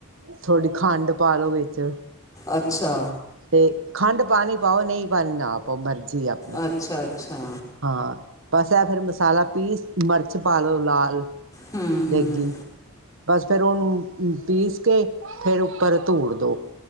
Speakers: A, on the right; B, on the left.
A: ਥੋੜ੍ਹੀ ਖੰਡ ਪਾ ਲਉ ਵਿੱਚ
B: ਅੱਛਾ।
A: ਤੇ ਖੰਡ ਪਾਣੀ ਪਾਓ ਨਈ ਪਾਣੀ ਨਾ ਪਾਓ ਮਰਜ਼ੀ ਆਪ
B: ਆਛਾ ਛਾ।
A: ਹਾਂ ਬਸ ਐ ਫੇਰ ਮਸਾਲਾ ਪੀਸ ਮੈਰਚ ਪਾ ਲੋ ਲਾਲ
B: ਹੂੰ, ਹੂੰ
A: ਦੇਗੀ ਬਸ ਫੇਰ ਓਨੂੰ ਪੀਸ ਕੇ ਫੇਰ ਉਪਰ ਧੂੜ ਦੋ